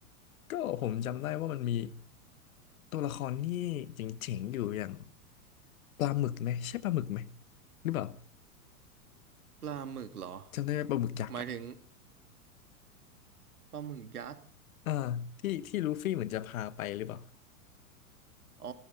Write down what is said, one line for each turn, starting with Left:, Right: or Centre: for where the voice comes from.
Left: ก็ผมจำได้ว่ามันมีตัวละครที่เจ๋งๆอยู่อย่าง ปลาหมึกไหมใช่ปลาหมึกไหมหรือเปล่า
Right: ปลาหมึกเหรอ
Left: จำได้ไหมปลาหมึกยักษ์อ่ะ
Right: หมายถึงปลาหมึกยักษ์
Left: อ่าที่ที่ลูฟี่เหมือนจะพาไปหรือเปล่า
Right: อ๋อ